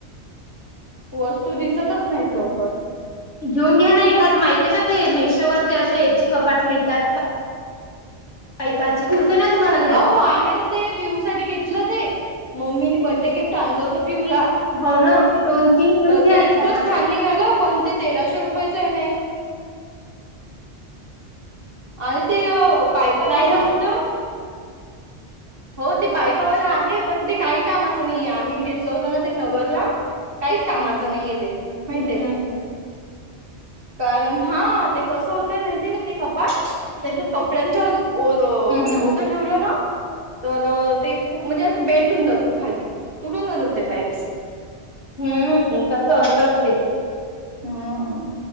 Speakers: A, on the right; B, on the left.
A: वस्तू दिसतच नाहीत. लवकर.
B: घेऊन घ्या ना एखाद माहिते का ते. मेशोवर ते अे याची कपाट मिळतात. पाईपाचे पुडतं ना तुम्हाला. घ्यायला
A: अहो आहे ना ते. पिहू साठी घेतलं ते. मम्मीने बड्डे गिफ्ट आणलं होतं पिहू ला.
B: हो ना. दोन तीन. घेऊन
A: तर
B: घ्या
A: ते
B: एखादा
A: इतकं छान निघालं. पण ते तेराशे रुपयाचंय ना एक. आणि ते पायपावाले
B: नाही ना
A: होते. हो ते पाईपावाला आहे. पण ते काही कामाचं नाही. आम्ही घेतल होत ना ते नगरला. काहीच कामाचं नाहीये तेे. माहिते.
B: हम्म हम्म
A: कारण हा ते कस होतय माहितीय का ते कपा
B: ह. <unintelligible>
A: त्याच्या कपड्यांच्या ओ ओझं
B: हम्म
A: ठेवलं ना. तर ते खूप म्हणजे असं बेंड होउन जात खाली. तुटून जातात ते पाईप्स.
B: हम्म तस असेल ते.
A: हम्म.